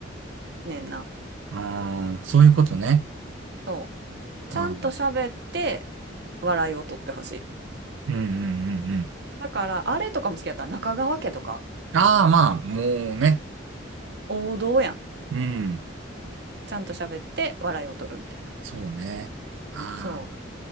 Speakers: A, on the right; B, on the right.
A: いねんな。
B: あ、ああ、そういうことね。
A: そう。ちゃんと喋って
B: あー、
A: 笑いを取ってほしい。
B: うんうんうんうん。
A: だから、あれとかも好きやった。中川家とか、
B: ああ、まあ、もうね。
A: 王道やん。
B: うん。
A: ちゃんと喋って笑いを取るみたいな。
B: そうね。ああ、
A: そう。